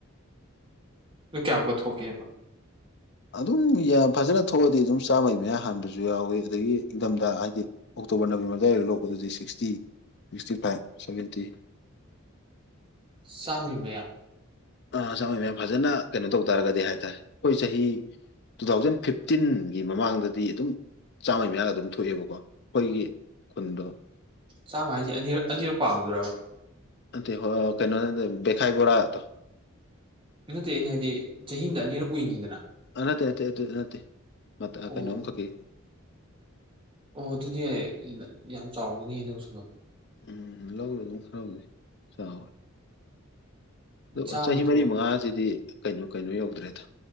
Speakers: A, on the right; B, on the left.
A: ꯑꯗꯨ ꯀꯌꯥꯃꯨꯛꯀ ꯊꯣꯛꯀꯦꯕ
B: ꯑꯗꯨ ꯑꯗꯨꯝ ꯐꯖꯅ ꯊꯣꯛꯑꯗꯤ ꯑꯗꯨꯝ ꯆꯥꯝꯃꯩ ꯃꯌꯥ ꯍꯥꯟꯕꯁꯨ ꯌꯥꯎꯏꯤ ꯑꯗꯒꯤ ꯏꯪꯊꯝꯗ ꯍꯥꯏꯗꯤ ꯑꯣꯛꯇꯣꯕꯔ ꯅꯕꯦꯝꯕꯔ ꯑꯗꯨꯗꯥꯏꯔ ꯂꯣꯛꯄꯗꯨꯗꯤ six sixty sixty five seventy
A: ꯁꯃꯤ ꯃꯌꯥ
B: ꯑ ꯁ ꯃꯌꯥꯝ ꯐꯖꯅ ꯀꯩꯅꯣ ꯇꯧ ꯇꯥꯔꯒꯗꯤ ꯍꯥꯏ ꯇꯔꯦ ꯑꯩꯈꯣꯏ ꯆꯍꯤ ꯇꯨ ꯊꯥꯎꯖꯟ ꯐꯤꯐꯇꯤꯟꯒꯤ ꯃꯃꯥꯡꯗꯗꯤ ꯑꯗꯨꯝ ꯆꯥꯝꯃꯔꯤ ꯃꯌꯥꯗ ꯑꯗꯨꯝ ꯊꯣꯛꯑꯦꯕꯀꯣ ꯑꯩꯈꯣꯏꯒꯤ ꯈꯨꯟꯗꯣ
A: ꯆꯥꯝꯃ ꯍꯥꯏꯁꯤꯦ ꯑꯅꯤꯛ ꯑꯅꯤꯔꯛ ꯄꯥꯝꯗꯕ
B: ꯑ ꯀꯩꯅꯣꯅꯦ ꯦꯈꯥꯏꯕꯣꯔꯇ
A: ꯅꯠꯇꯦ ꯑꯩꯅ ꯍꯥꯏꯗꯤ ꯆꯍꯤ ꯑꯃꯗ ꯑꯅꯤꯔꯛ ꯎꯏꯅꯤꯤꯗꯅ
B: ꯅꯠꯇꯦ ꯅꯠꯇꯦ ꯅꯠꯇꯦ
A: ꯑꯣ
B: ꯀꯩꯅꯣ ꯑꯃꯈꯛꯀꯤ
A: ꯑꯣ ꯑꯗꯨꯗꯤ ꯌꯥ ꯌꯥꯝ ꯆꯥꯎꯒꯅꯤ ꯂꯧꯁꯤꯅꯣ
B: ꯎꯝ ꯂꯧꯔꯦ ꯑꯗꯨꯝ ꯈꯔꯕꯨꯗꯤ ꯆꯥꯎꯋꯦ
A: ꯆꯥꯝꯃꯗꯣ
B: ꯑ ꯆꯍꯤ ꯃꯔꯤ ꯃꯉꯥꯁꯤꯗꯤ ꯀꯩꯅꯣ ꯀꯩꯅꯣ ꯌꯧꯗ꯭ꯔꯦꯗ